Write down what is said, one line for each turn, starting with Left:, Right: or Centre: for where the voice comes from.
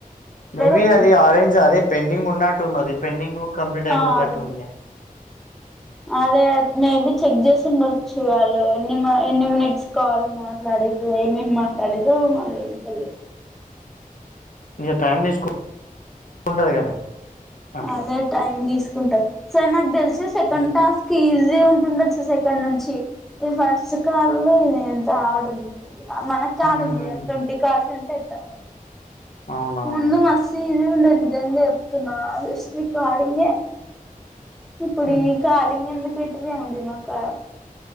Left: మేబి
Centre: వచ్చినాయి
Left: అది ఆరెంజ్ అదే పెండింగ్ ఉన్నట్టుంది అది పెండింగ్ కంప్లీట్ అయిపోతట్టు
Centre: ఆ ఆరింది
Left: ఉంది
Centre: అదే మేబ చెక్ చేసి ఉండొచ్చు వాళ్ళు ఎన్ని ఎన్ని మినిట్స్ కాల్ మాట్లాడే ఏమేమి మాట్లాడే ఇద మాలయం పల్
Left: ఇ టైం తీసుకుంటంది కదా అట్లా
Centre: అదే టైం తీసుకు కుంటారు సార్ నాకు తెలుసు సెకండ్
Left: ఉమ్
Centre: టాస్క్ బజీ ఉంటుండొచ్చ సెకండ్ నుంచి ఇ ఫస్ట్ కాల్ లో ఇది ఎంత ఆడుంది మనకు కాడు
Left: ఉమ్
Centre: ఉంది అని ట్వంటీ పర్సెంట్ ట్లా
Left: అవునవును
Centre: ముందు మస్త ఇ ఉండేది నిజంగా చెప్తున <inaudible> ఇప్పుడు
Left: ఉమ్
Centre: ఈ కాలింగ ఎందు పెటని ఆంది మా క